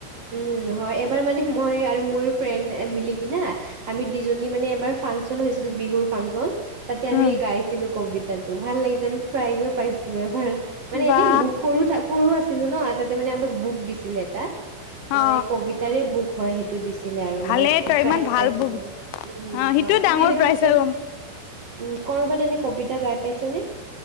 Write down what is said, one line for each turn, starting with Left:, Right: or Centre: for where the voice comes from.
Right: উম হয়, এইবাৰ মানে মই আৰু মোৰ ফ্ৰেণ্ড মিলি কিনা আমি দুজনী মানে এবাৰ ফাংচন হৈছিল বিহুৰ ফাংচন তাতে আমি
Left: উম
Right: গাইছি ছিলো কবিতাটো ভাল লাগিছে আমি প্ৰাইজো পাইছিলো এবাৰ। মানে
Left: বা
Right: এনেই বুক সৰু সৰু আছিলো ন তাতে মানে আমাক বুক দিছিলে এটা। তোমাৰ
Left: অ
Right: এই কবিতাৰে বুক হয় সেইটো দিছিলে আৰু
Left: ভালেই
Right: মানে প্ৰাইজ
Left: তই ইমান ভাল
Right: পাইছিলো।
Left: বুক অ সিটো
Right: হয় তুমি
Left: ডাঙৰ
Right: এনেকুৱা
Left: প্ৰাইজ
Right: কেতিয়াবা
Left: হৈ গম
Right: মানে উ, কৰবাত এনে কবিতা গাই পাইছা নে?